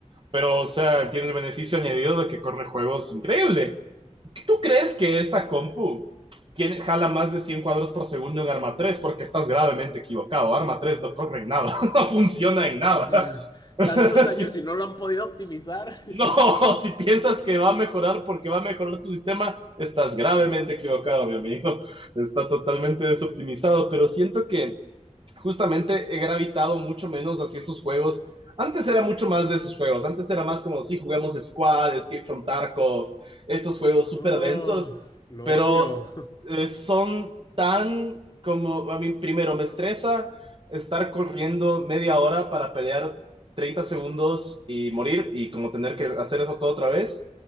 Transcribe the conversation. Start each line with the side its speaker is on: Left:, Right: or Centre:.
Right: Pero, o sea, tiene el beneficio añadido de que corre juegos increíble. ¿Tú crees que esta compu tiene, jala más de 100 cuadros por segundo en Arma tres? Porque estás gravemente equivocado. Arma tres no corre en nada, <laughs> no funciona en nada.
Left: <laughs>
Right: <laughs>
Left: Tantos años
Right: Si-
Left: y no lo han podido optimizar.
Right: no,
Left: <laughs>
Right: si piensas que va a mejorar porque va a mejorar tu sistema, estás gravemente equivocado, mi amigo está totalmente desoptimizado, pero siento que justamente he gravitado mucho menos hacia esos juegos. Antes era mucho más de esos juegos, antes era más como si sí, jugamos Squad, Escape from Tarkov, estos juegos súper
Left: Oh,
Right: densos,
Left: lo
Right: pero
Left: odio.
Right: eh, son tan como, a mí primero me estresa estar corriendo media hora para pelear 30 segundos y morir y como tener que hacer eso todo otra vez.